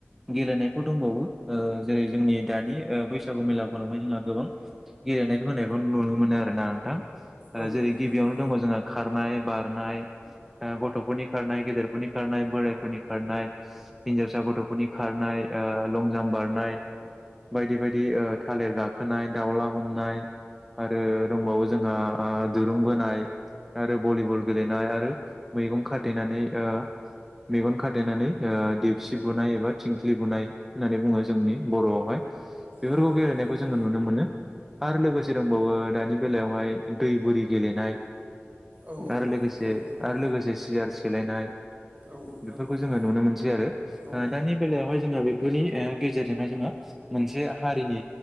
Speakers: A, in the centre; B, on the right.
A: गेलेनायफोर दंबावो ओ जेरै जोंनि दानि बैसागु मेलाफोरावहाय जोंहा गोबां गेलेनायखौ होनायखौ नुनो मोनो आरोना नोंथां ओ
B: औ
A: जेरै
B: नंगौ
A: गिबियावनो दङ जोंहा खार नार बारनाय ओ गथफोरनि खारनाय गदेर हफोरनि खारनाय बोराइफोरनि खारनाय हिन्जावसा गथफोरनि खारनाय ओ लंजाम्प बारनाय बायदि बायदि ओ थालिर गाखोनाय दाउला हमनाय आरो दंबावो जोंहा ओ दुरुं बोनाय आरो भलिबल गेलेनाय आरो मेगन खाथेनानै ओ मेगन खाथेनानै ओ देपसि बुनाय एबा थिंख्लि बुनाय होननानै बुंङो जोंनि बरआवहाय बेफोरखौ
B: औ नंगौ
A: गेलेनायखौ
B: नोंथां
A: जोंङो नुनो मोनो आरो लोगोसे दंबावो दानि बेलायावहाय दै बुरि गेलेनाय
B: औ
A: आरो लोगोसे
B: नंगौ नोंथां
A: आरो लोगोसे सियार सेलायनाय
B: औ
A: बेफोरखौ
B: नंगौ नोंथां
A: जोङो नुनो मोनसै आरो
B: औ
A: ओ दानि बेलायावहाय जोंहा बेफोरनि गेजेरजोंहाय जोंङो मोनसे हारिनि